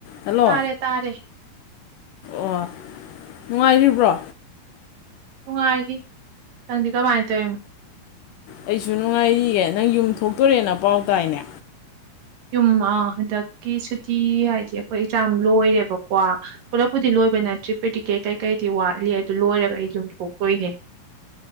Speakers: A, on the left (about 75°); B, on the right (about 65°).
A: hello
B: ꯇꯥꯔꯦ ꯇꯥꯔꯦ
A: ꯑꯣ ꯅꯨꯡꯉꯥꯏꯔꯤꯕ꯭ꯔꯣ
B: ꯅꯨꯡꯉꯥꯏꯔꯤ ꯅꯪꯗꯤ ꯀꯃꯥꯏ ꯇꯧꯔꯤ
A: ꯑꯩꯁꯨ ꯅꯨꯡꯉꯥꯏꯔꯤꯌꯦ ꯅꯪ ꯌꯨꯝ ꯊꯣꯛꯇꯣꯔꯦꯅ ꯄꯥꯎ ꯇꯥꯏꯅꯦ
B: ꯌꯨꯝ ꯍꯟꯗꯛꯀꯤ ꯁꯨꯇꯤ ꯍꯥꯏꯗꯤ ꯑꯈꯣꯏ ꯑꯦꯛꯖꯥꯝ ꯂꯣꯏꯔꯦꯕꯀꯣ ꯄꯨꯂꯞꯄꯨꯗꯤ ꯂꯣꯏꯕ ꯅꯠꯇ꯭ꯔꯤ ꯇꯤꯛꯀꯦꯠ ꯀꯩꯀꯩꯗꯤ ꯋꯥꯠꯂꯤ ꯑꯗꯨ ꯂꯣꯏꯔꯒ ꯑꯩ ꯌꯨꯝꯊꯣꯛꯇꯣꯏꯅꯦ